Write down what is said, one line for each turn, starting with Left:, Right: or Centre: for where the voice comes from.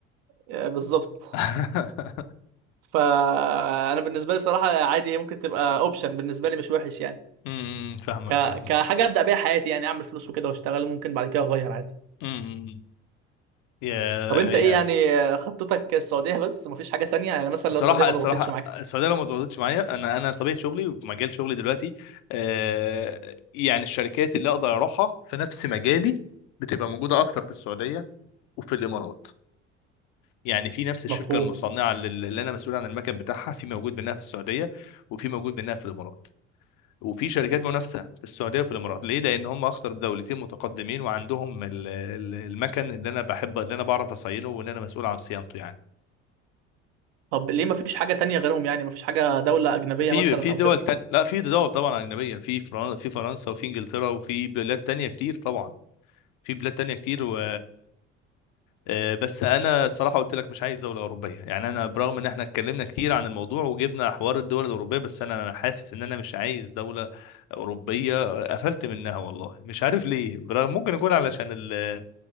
Right: آه، بالظبط
Left: <laughs>
Right: فانا بالنسبه لي الصراحه عادي هي ممكن تبقى اوبشن بالنسبه لي مش وحش يعني
Left: امم فاهمك
Right: ك...
Left: فاهمك
Right: كحاجه ابدا بيها حياتي يعني اعمل فلوس وكده واشتغل ممكن بعد كده اغير عادي
Left: امم يا
Right: طب انت
Left: يا
Right: ايه يعني آه، خطتك السعودية بس مفيش حاجة تانية يعني مثلا
Left: الصراحة
Right: لو السعودية ما
Left: الصراحة
Right: ضبطتش معاك
Left: السعودية لو ما ظبطتش معايا أنا أنا طبيعة شغلي ومجال شغلي دلوقتي آه يعني الشركات اللي أقدر أروحها في نفس مجالي بتبقى موجودة أكتر في السعودية وفي الإمارات يعني في نفس الشركة
Right: مفهوم
Left: المصنعة لل- اللي أنا مسؤول عن المكن بتاعها في موجود منها في السعودية وفي موجود منها في الإمارات وفي شركات منافسة في السعودية وفي الإمارات ليه؟ لأن هم أكتر دولتين متقدمين وعندهم ال- ال- المكن اللي أنا بحب اللي أنا بعرف أصينه واللي أنا مسؤول عن صيانته يعني
Right: طب ليه مفيش حاجة تانية غيرهم يعني مفيش حاجة دولة أجنبية
Left: في
Right: مثلا
Left: في
Right: أو
Left: دول
Right: كده
Left: تانية لا في دول طبعا أجنبية في فرن... في فرنسا وفي إنجلترا وفي بلاد تانية كتير طبعا في بلاد تانية كتير و... آه، بس أنا صراحة قلت لك مش عايز دولة أوروبية يعني أنا برغم إن إحنا اتكلمنا كتير عن الموضوع وجبنا حوار الدول الأوروبية بس أنا حاسس إن أنا مش عايز دولة أوروبية قفلت منها والله مش عارف ليه برغم ممكن يكون علشان ال...